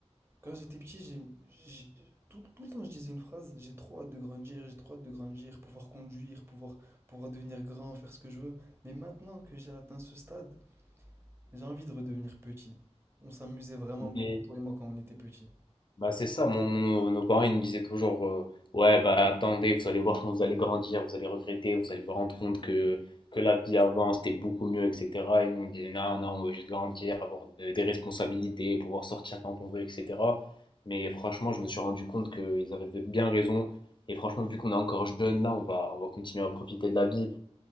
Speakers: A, on the right (about 20°); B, on the left (about 45°).
A: Quand j'étais petit, j'ai, j'ai- tout, tout le temps je disais une phrase, j'ai trop hâte de grandir, j'ai trop hâte de grandir, pouvoir conduire, pouvoir, pouvoir devenir grand, faire ce que je veux. Mais maintenant que j'ai atteint ce stade, j'ai envie de redevenir petit. On s'amusait vraiment beaucoup,
B: Mais,
A: toi et moi, quand on était petit.
B: bah c'est ça, mon, mon- nos, parents ils nous disaient toujours euh, ouais bah attendez, vous allez voir quand vous allez grandir, vous allez regretter, vous allez vous rendre compte que, que la vie avant c'était beaucoup mieux, etc. Et nous on disait non, non, on est de grandir, avoir de- des responsabilités, pouvoir sortir quand on veut, etc. Mais franchement, je me suis rendu compte qu'ils avaient bien raison. Et franchement, vu qu'on est encore jeune là, on va, on va continuer à profiter de la vie.